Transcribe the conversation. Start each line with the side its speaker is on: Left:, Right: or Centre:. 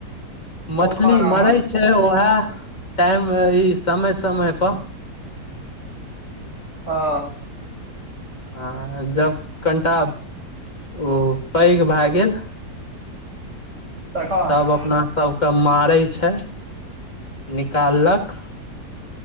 Left: मछली
Right: पोखरा
Left: मरे
Right: मे
Left: छै उएहे टाइम ई समय-समय पर
Right: ह
Left: ह जब कनटा म ओ पैघ भए गेल
Right: तखन
Left: तब अपना सब के मारे छै निकाललक